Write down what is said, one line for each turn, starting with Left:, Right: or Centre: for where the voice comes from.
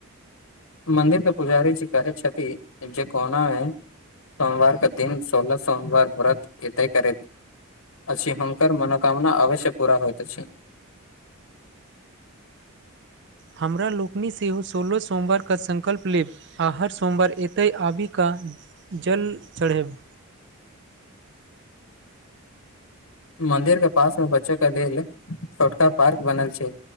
Left: मंदिर के पुजारी जी कहे छथि जे कोना मे सोमवार के दिन सोलह सोमवार व्रत एते करैत। अछि हुनकर मनोकामना अवश्य पूरा होयइत अछि।
Right: हमरा लोकनि सेहो सोलह सोमवारके संकल्प लेब। आ हर सोमवार एतय आबि कऽ जल चढ़ेब।
Left: मंदिरके पासमे बच्चे के लेल छोटका पार्क बनल छै‌य।